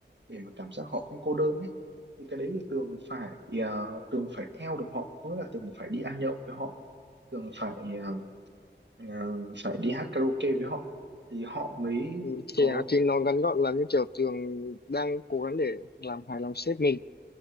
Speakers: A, on the right; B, on the left.
A: để mà cảm giác họ không cô đơn ấy. Thì cái đấy thì Tường phải ờ, Tường phải theo được họ, có nghĩa là Tường phải đi ăn nhậu với họ, Tường phải ờ, à, phải đi hát karaoke với họ thì họ mới
B: ừ, thì,
A: có
B: à, thì nó ngắn gọn là như kiểu Tường đang cố gắng để làm hài lòng sếp mình